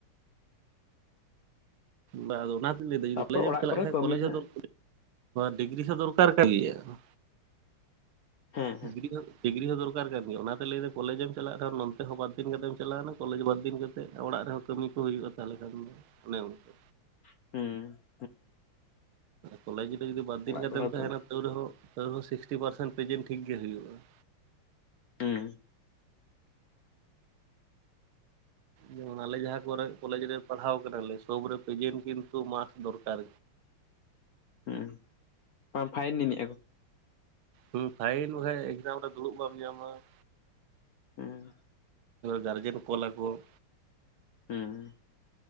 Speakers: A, on the right; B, on the left.
A: ᱵᱟᱝ ᱚᱱᱟ ᱦᱚᱸᱛᱚᱧ ᱞᱟᱹᱭᱫᱟ ᱡᱩᱫᱤ
B: ᱛᱟᱯᱚᱨ
A: ᱠᱚᱞᱮᱡᱽ
B: ᱚᱲᱟᱜ
A: ᱮᱢ ᱪᱟᱞᱟᱜ
B: ᱠᱚᱨᱮ
A: ᱠᱷᱟᱱ
B: ᱠᱟᱹᱢᱤ
A: ᱠᱚᱞᱮᱡᱽ
B: ᱢᱮᱱᱟᱜᱼᱟ
A: ᱦᱚᱸ ᱫᱚᱨ ᱰᱤᱜᱽᱨᱤ ᱦᱚᱸ ᱫᱚᱨᱠᱟᱨ ᱠᱟᱱ ᱜᱮᱭᱟ ᱾
B: ᱦᱮᱸ ᱦᱮᱸ
A: <unintelligible> ᱰᱤᱜᱽᱨᱤ ᱦᱚᱸ ᱫᱚᱨᱠᱟᱨ ᱠᱟᱱ ᱜᱮᱭᱟ ᱚᱱᱟᱛᱮ ᱞᱟᱹᱭᱫᱟ ᱠᱚᱞᱮᱡᱽ ᱮᱢ ᱪᱟᱞᱟᱜᱼᱟ ᱱᱚᱱᱛᱮ ᱦᱚᱸ ᱵᱟᱨ ᱫᱤᱱ ᱠᱟᱛᱮᱢ ᱪᱟᱞᱟᱣᱱᱟ ᱠᱚᱞᱮᱡᱽ ᱵᱟᱨ ᱫᱤᱱ ᱠᱟᱛᱮ ᱚᱲᱟᱜ ᱨᱮᱦᱚᱸ ᱠᱟᱹᱢᱤ ᱠᱚ ᱦᱩᱭᱩᱜᱼᱟ ᱛᱟᱦᱚᱞᱮ ᱠᱷᱟᱱ ᱫᱚ ᱚᱱᱮ ᱚᱱᱠᱟ
B: ᱦᱩᱸ ᱾
A: ᱠᱚᱞᱮᱡᱽ ᱨᱮ ᱡᱩᱫᱤ ᱵᱟᱨ ᱫᱤᱱ
B: ᱚᱲᱟᱜ
A: ᱠᱟᱛᱮᱢ
B: ᱠᱚᱨᱮ
A: ᱛᱟᱦᱮᱱᱟ
B: ᱠᱟᱹᱢᱤ
A: ᱛᱟᱹᱣ ᱨᱮᱦᱚᱸ ᱛᱟᱹᱣ ᱨᱮᱦᱚᱸ ᱥᱤᱠᱥᱴᱤ ᱯᱟᱨᱥᱮᱱ ᱯᱡᱮᱱᱴ ᱴᱷᱤᱠ ᱜᱮ ᱦᱩᱭᱩᱜᱼᱟ ᱾
B: ᱦᱩᱸ ᱾
A: ᱡᱮᱢᱚᱱ ᱟᱞᱮ ᱡᱟᱦᱟᱸ ᱠᱚᱨᱮ ᱠᱚᱞᱮᱡᱽ ᱨᱮ ᱯᱟᱲᱦᱟᱣ ᱠᱟᱱᱟᱞᱮ ᱥᱚᱵ ᱨᱮ ᱯᱨᱡᱮᱱ ᱠᱤᱱᱛᱩ ᱢᱟᱠᱥ ᱫᱚᱨᱠᱟᱨ
B: ᱦᱩᱸ ᱵᱟᱝ ᱯᱷᱟᱭᱤᱱ ᱟᱹᱱᱤᱡ ᱟᱠᱚ
A: ᱦᱩᱸ ᱯᱷᱟᱭᱤᱱ ᱵᱟᱠᱷᱟᱡᱽ ᱮᱠᱡᱟᱢ ᱨᱮ ᱫᱩᱲᱩᱵ ᱵᱟᱢ ᱧᱟᱢᱟ ᱾
B: ᱦᱩᱸ ᱾
A: ᱜᱟᱨᱡᱮᱱ ᱠᱚᱞ ᱟᱠᱚ ᱾
B: ᱦᱩᱸ ᱾